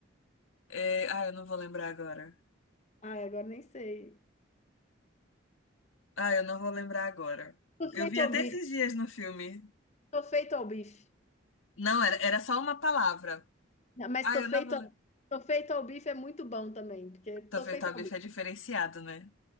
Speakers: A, on the left; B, on the left.
A: É, Ah, eu não vou lembrar agora.
B: Ai, agora nem sei.
A: Ah, eu não vou lembrar agora.
B: Tô
A: Eu
B: feito
A: vi até
B: ao bife,
A: esses dias no filme.
B: tô feito ao bife.
A: Não, era, era só uma palavra.
B: Não, Mas
A: Ah,
B: tô
A: eu
B: feito,
A: não vou lembrar.
B: ao- tô feito ao bife é muito bom também, porque tô
A: Talvez
B: feito
A: tá
B: ao
A: bife
B: bife.
A: é diferenciado, né?